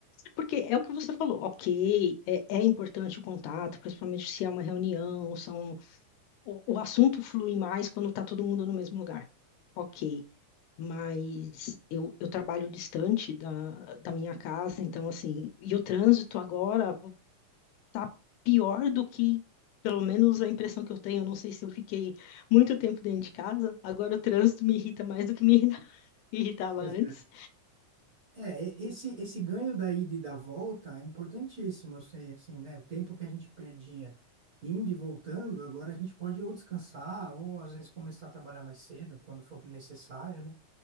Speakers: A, on the left (about 80°); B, on the right (about 50°).
A: Porque é o que você falou, ok, é, é importante o contato, principalmente se é uma reunião, são, o, o assunto flui mais quando tá todo mundo no mesmo lugar. Ok. Mas eu, eu trabalho distante da, da minha casa, então, assim, e o trânsito agora, tá pior do que, pelo menos a impressão que eu tenho, eu não sei se eu fiquei muito tempo dentro de casa, agora o trânsito me irrita mais do que me irrita- <laughs> irritava
B: Pois
A: antes.
B: é. É, e- esse, esse ganho da ida e da volta é importantíssimo, eu sei, assim, né? O tempo que a gente perdia indo e voltando, agora a gente pode ou descansar, ou às vezes começar a trabalhar mais cedo, quando for necessário, né?